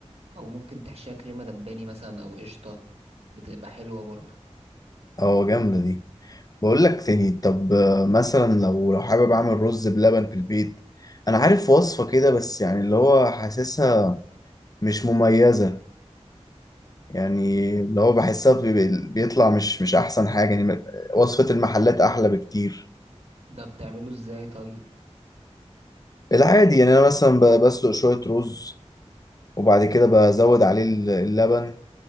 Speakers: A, on the right; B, on the left.
A: أو ممكن تحشيها كريمة لباني مثلا أو قشطة بتبقى حلوة برضو
B: اه جامدة دي بقول لك تاني طب آه، مثلا لو لو حابب اعمل رز بلبن في البيت انا عارف وصفة كده بس يعني اللي هو حاسسها مش مميزة يعني اللي هو بحسها بي- بيطلع مش مش احسن حاجة يعني وصفة المحلات احلى بكتير
A: ده بتعمله ازاي طيب؟
B: العادي يعني انا مثلا ب- بسلق شوية رز وبعد كده بزود عليه اللبن